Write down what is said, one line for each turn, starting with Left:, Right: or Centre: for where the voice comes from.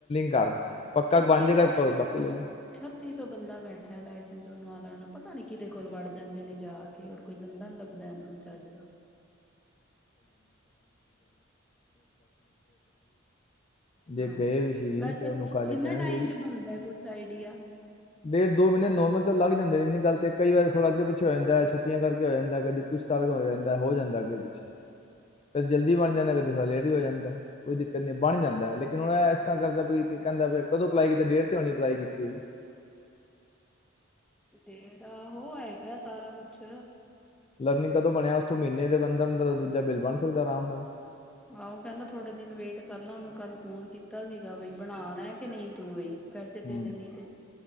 Left: <unintelligible>
Centre: ਛੱਤੀ
Left: ਬਣ ਜਾਏਗਾ
Centre: ਸੌ
Left: ਬਾਕੀ ਲੈ ਲਈ
Centre: ਛੱਤੀ ਸੌ ਬੰਦਾ ਬੈਠਾ ਲਾਇਸੈਂਸਨਣ ਪਤਾ ਨ ਨਹੀ ਕਿਤੇ ਕੋਲ ਵੜ ਜਾਂਦੇ ਨੇ ਜਾ ਕੇ ਹੋਰ ਕੋਈ ਬੰਦਾ ਨੀ ਲੱਗਦਾ ਇਹਨਾਂ ਨੂੰ ਚੱਜ ਦਾ
Left: <inaudible> ਜੇ
Centre: ਹਾਂ
Left: ਗਏ ਵੀ ਸੀ
Centre: ਵੈਸੇ
Left: ਤੇ ਉਹਨੂੰ ਖਾੇ
Centre: ਕਿੰਨੇ
Left: ਕਹਿਣ
Centre: ਟਾਈਮ
Left: ਬਈ
Centre: ਚ ਬਣਦਾ ਕੁਛ ਆਈਡੀਆ
Left: ਡੇਢ ਦੋ ਮਹੀਨੇ ਨੋਰਮਲ ਚੱਲਲਾ ਨੇੰਨੀ ਗਤ ਹੈ ਕਈ ਵਾਰ ਥੋੜ੍ਹਾ ਅੱਗੇ ਪਿੱਛੇ ਹੋ ਜਾਂਦਾ ਛੁੱਟੀਆਂ ਕਰਕੇ ਜਾਂਦਾ ਕਦੇ ਕੁਛ ਕਰਕੇ ਹੋ ਜਾਂਦਾ ਹੋ ਜਾਂਦਾ ਅੱਗੇ ਪਿੱਛੇ ਕਦੇ ਜਲਦੀ ਬਣ ਜਾਂਦਾ ਕਦੇ ਥਾ ਲੇਟ ਵੀ ਹੋ ਜਾਂਦਾ ਕੋਈ ਦਿੱਕਤ ਨਹੀਂ ਬਣ ਜਾਂਦਾ ਲੇਕਿਨ ਉਹਨ ਇਸ ਤਰ੍ਹਾਂ ਕਰਦਾ ਵੀ ਕਹਿੰਦਾ ਵੀ ਕਦੋਂ ਅਪਲਾਈ ਕੀਤੀ ਡੇਰ ਤੇ ਹੋਣੀ ਅਪਲਾਈ ਕੀਤੀ ਹੋਈ
Centre: ਡੇਢ ਆੋ ਹੈਗਾ ਸਾਰਾ ਕੁਛ
Left: ਲਰਨਿੰਗ ਕਦੋਂ ਬਣਿਆ ਉਸਥੋਂ ਮਹੀਨੇ ਦੇ ਅੰਦਰ ਅੰ ਦੂਜਾ ਬਿੱਲ ਬਣ ਸਕਦਾ ਆਰਾਮ ਨਾਲ
Centre: ਆਹੋ ਕਹਿੰਦਾ ਥੋੜੇ ਦਿਨ ਵੇਟ ਕਰ ਲ ਉਹਨੂੰ ਕੱਲ ਫੋਨ ਕੀਤਾ ਸੀਗਾ ਬਈ ਬਣਾਣਾ ਕਿ ਨਹੀਂ ਤੂੰ ਈ ਪੈਸੇ
Left: ਹੂੰ
Centre: ਦੇ ਦੇਣੀ ਤੇ